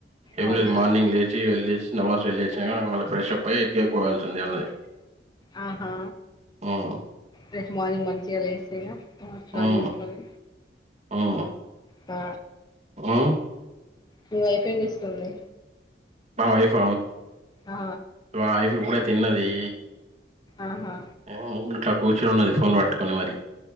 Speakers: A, on the right (about 40°); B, on the left (about 25°).
A: ఏం
B: అవునా
A: లేదు మార్నింగ్ లేచి వెళ్లి. నమస్ వెళ్ళి వచ్చినక మళ్ళా ఫ్రెష్ అప్ అయ్యి ఇబ్జ కి పోవాల్సి ఉన్నది.
B: ఆహా
A: హ్మ్
B: రేపు మార్నింగ్ మం. లేసగా. స్నానం
A: హ్మ్
B: చేసుకొని.
A: హ్మ్.
B: ఆ
A: ఆ
B: మీ వైఫ్ ఏం చేస్తుంది.
A: మా వైఫ
B: ఆ!
A: మా వైఫ్ ఇప్పుడే తిన్నది
B: ఆహా
A: ఆ ఇంట్లా కూర్చొన్న ఫోన్ పట్టుకొని మరి